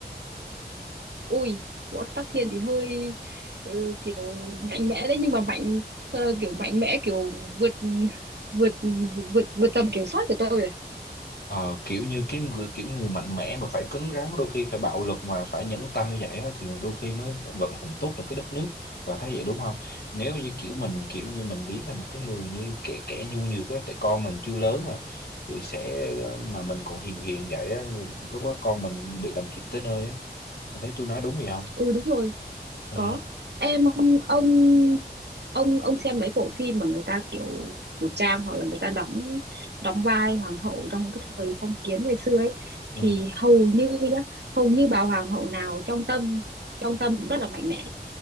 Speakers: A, on the right (about 85°); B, on the left (about 70°).
A: <laughs> ui võ tắc thiên thì hơi ờ, kiểu mạnh mẽ đấy nhưng mà mạnh ờ, kiểu mạnh mẽ kiểu vượt vượt vượt vượt tầm kiểm soát của tôi rồi.
B: Ờ, kiểu như cái người kiểu người mạnh mẽ mà phải cứng rắn đôi khi phải bạo lực mà phải nhẫn tâm như vậy á, thì đôi khi mới vận hành tốt được cái đất nước và thấy vậy đúng không nếu như kiểu mình kiểu như mình biến thành một cái người như kẻ kẻ nhu nhược á tại con mình chưa lớn mà thì sẽ ờ, mà mình còn hiền hiền vậy á lúc đó con mình bị làm thịt tới nơi á Bà thấy tôi nói đúng gì không
A: ừ đúng rồi
B: ờ,
A: có em ông ông ông xem mấy bộ phim mà người ta kiểu cổ trang hoặc là người ta đóng đóng vai hoàng hậu trong cái thời phong kiến ngày xưa ấy
B: ừ.
A: thì hầu như nhá hầu như bà hoàng hậu nào trong tâm trong tâm cũng rất là mạnh mẽ